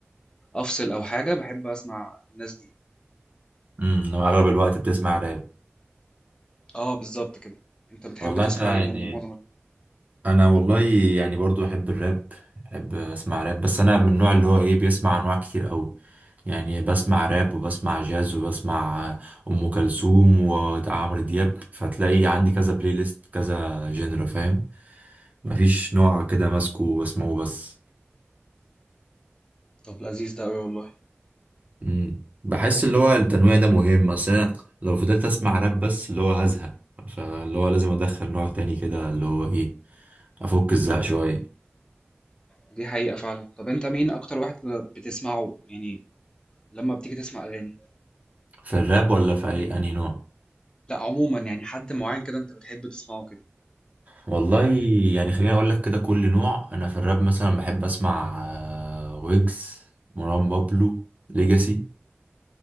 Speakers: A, on the left; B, on the right.
A: افصل او حاجه بحب اسمع الناس دي
B: امم انا اغلب الوقت بتسمع راب
A: اه بالظبط كده انت بتحب
B: والله
A: تسمع
B: انت يعني
A: ايه م- معظم الوقت؟
B: انا والله يعني برضو احب الراب احب اسمع راب بس انا من النوع اللي هو ايه بيسمع انواع كتير قوي يعني بسمع راب وبسمع جاز وبسمع ام كلثوم وعمرو دياب فتلاقي عندي كذا بلاي ليست كذا جنر فاهم مفيش نوع كده ماسكه واسمعه بس
A: طب لذيذ ده قوي والله
B: مم. بحس اللي هو التنويع ده مهم اصل أنا لو فضلت اسمع راب بس اللي هو هزهق فاللي هو لازم ادخل نوع تاني كده اللي هو ايه افك الزهق شوية
A: دي حقيقه فعلا طب انت مين اكتر واحد بتسمعه يعني لما بتيجي تسمع اغاني
B: في الراب ولا في اي انهي نوع
A: لا عموما يعني حد معين كده انت بتحب تسمعه كده
B: والله يعني خليني اقول لك كده كل نوع انا في الراب مثلا بحب اسمع آه، ويجز مروان بابلو ليجاسي